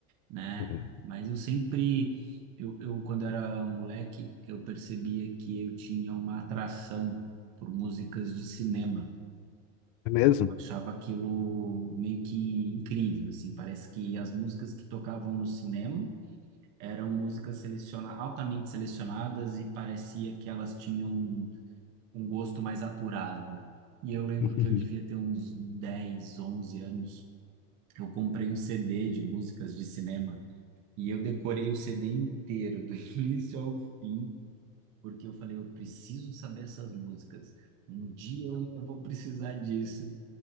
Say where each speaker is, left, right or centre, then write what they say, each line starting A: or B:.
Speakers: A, on the right; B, on the left.
A: né?
B: Uhum.
A: Mas eu sempre, eu, eu quando era moleque, eu percebia que eu tinha uma atração por músicas de cinema.
B: É mesmo?
A: Eu achava aquilo meio que incrível, assim, parece que as músicas que tocavam no cinema eram músicas seleciona altamente selecionadas e parecia que elas tinham um um gosto mais apurado. E eu lembro
B: <laughs>
A: que eu devia ter uns 10 11 anos. Eu comprei um CD de músicas de cinema e eu decorei o CD inteiro, do <laughs> início ao fim, porque eu falei, eu preciso saber essas músicas. Um dia eu ainda vou precisar disso.